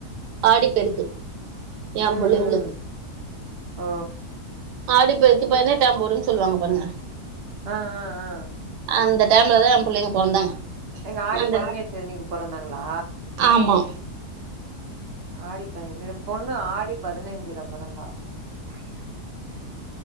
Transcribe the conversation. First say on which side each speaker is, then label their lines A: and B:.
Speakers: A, on the right; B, on the right.
A: ஆடி பெருக்கு ஏ
B: ம்
A: புள்ளைங்களுக்கு
B: ம் ஓ
A: ஆடிப்பெருக்கு பதினெட்டாம் போடுன்னு சொல்லுவாங்க பாருங்க
B: ஆ ஆ ஆ
A: அந்த டைம்லதா ஏ புள்ளைங்க பொறந்தாங்க
B: எங்க ஆடி
A: அந்த
B: பதினெட்டு அன்னிக்கு பொறந்தாங்ளா
A: ஆமா
B: ஆடி பதி ஏழு பொண்ணு ஆடி பதினஞ்சுல பொறந்தா